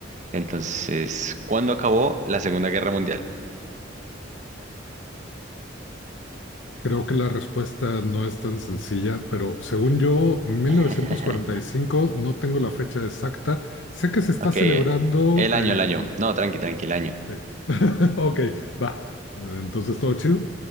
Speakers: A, on the right; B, on the left.
A: Entonces, ¿cuándo acabó la Segunda Guerra Mundial?
B: Creo que la respuesta no es tan sencilla, pero según yo, mil
A: <laughs>
B: novecientos cuarenta y cinco. no tengo la fecha exacta. Sé que se está
A: Ok,
B: celebrando
A: el año,
B: eh,
A: el año. No, tranqui, tranqui, el año.
B: el... <laughs> Ok, va. Entonces, ¿todo chido?